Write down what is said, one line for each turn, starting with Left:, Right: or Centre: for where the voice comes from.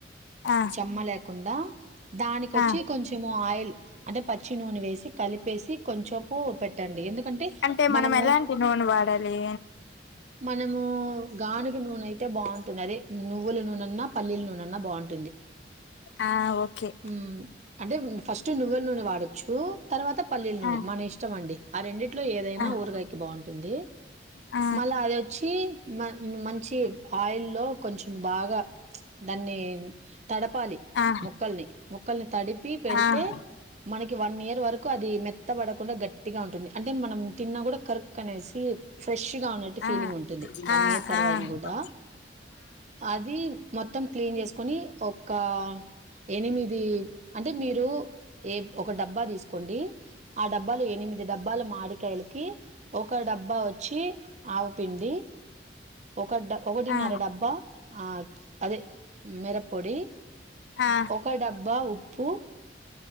Left: ఆ
Right: చెమ్మ లేకుండా దానికొచ్చి
Left: ఆ
Right: కొంచెము ఆయిల్ అంటే పచ్చి నూనె వేసి కలిపేసి కొంచేపు పెట్టండి ఎందుకంటే
Left: అంటే
Right: మనము
Left: మనం ఎలాంటి నూనె వాడాలి
Right: మనము గానిగా నూనె అయితే బాం అదే నువ్వులు నూనె అన్న పల్లీలు నూనెన్నా బాగుంటుంది
Left: ఆ ఓకే
Right: ఉ అంటే ఫస్ట్ నువ్వుల నూనె వాడు చు తర్వాత పల్లీల నూని
Left: ఆ
Right: మన ఇష్టం అండి ఆ రెండింటిలో ఏదైనా
Left: ఆ
Right: ఊరగాయకి బాగుంటుంది
Left: ఆ
Right: మళ్ళా అది వచ్చి మ మంచి ఆయిల్ లో కొంచెం బాగా దాన్ని తడపాలి
Left: ఆ
Right: ముక్కల్ని ముక్కల్ని తడిపి పెడితే
Left: ఆ ఆ
Right: మనకి వన్ ఇయర్ వరకు అది మె త్త పడకుండా గట్టిగా ఉంటుంది అంటే మనం తిన్నా కూడా కరుక్ కనేసి ఫ్రెష్ గా ఉన్నట్టు ఫీలింగ్
Left: ఆ ఆ
Right: ఉంటుంది వన్
Left: ఆ ఆ
Right: ఇయర్ తర్వాత
Left: ఆ
Right: అయిన కూడా అది మొత్తం క్లీన్ చేస్ కుని ఒక ఎనిమిది అంటే మీరు ఏ ఒక డబ్బా తీసుకోండి ఆ డబ్బాలో ఎనిమిది డబ్బాల మాడికాయలకి ఒక డబ్బా ఆవ పిండి ఒక డబ్ ఒకటిన్నర
Left: ఆ ఆ
Right: డబ్బా ఆ అదే మిరపొడి
Left: ఆ
Right: ఒక డబ్బా ఉ ప్పు